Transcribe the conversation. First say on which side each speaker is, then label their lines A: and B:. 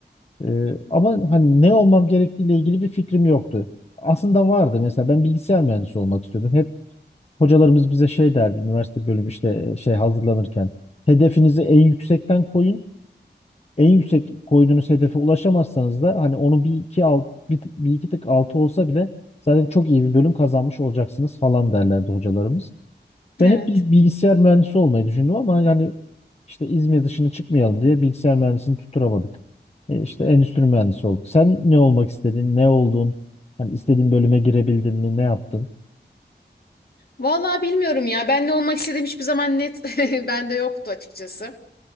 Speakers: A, on the left; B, on the left.
A: E, ama hani ne olmam gerektiğiyle ilgili bir fikrim yoktu. Aslında vardı mesela ben bilgisayar mühendisi olmak istiyordum. Hep hocalarımız bize şey derdi üniversite bölümü işte e, şey hazırlanırken hedefinizi en yüksekten koyun en yüksek koyduğunuz hedefe ulaşamazsanız da hani onu bir iki alt, bir, bir iki tık altı olsa bile zaten çok iyi bir bölüm kazanmış olacaksınız falan derlerdi hocalarımız.
B: evet.
A: Ben hep bir bilgisayar mühendisi olmayı düşündüm ama yani işte İzmir dışına çıkmayalım diye bilgisayar mühendisini tutturamadık. E işte endüstri mühendisi olduk. Sen ne olmak istedin? Ne oldun? Hani istediğin bölüme girebildin mi? Ne yaptın?
B: Vallahi bilmiyorum ya. Ben ne olmak istediğim hiçbir zaman net <laughs> bende yoktu açıkçası.